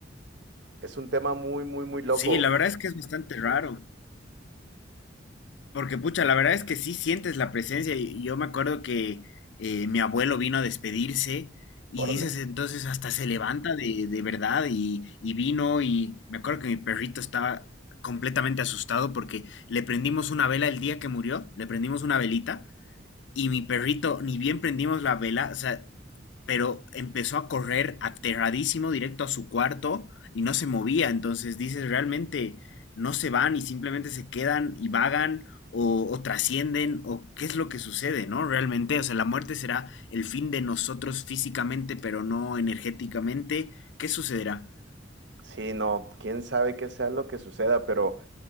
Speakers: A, on the right (about 75°); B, on the left (about 80°).
A: Es un tema muy, muy, muy loco.
B: Sí, la verdad es que es bastante raro, porque pucha, la verdad es que sí sientes la presencia. y Yo me acuerdo que eh, mi abuelo vino a despedirse y
A: Órale.
B: dices entonces hasta se levanta de, de verdad y, y vino y me acuerdo que mi perrito estaba completamente asustado porque le prendimos una vela el día que murió, le prendimos una velita Y mi perrito, ni bien prendimos la vela, o sea, pero empezó a correr aterradísimo directo a su cuarto y no se movía. Entonces dices, realmente no se van y simplemente se quedan y vagan o, o trascienden o qué es lo que sucede, ¿no? Realmente, o sea, la muerte será el fin de nosotros físicamente, pero no energéticamente. ¿Qué sucederá?
A: Sí, no, quién sabe qué sea lo que suceda, pero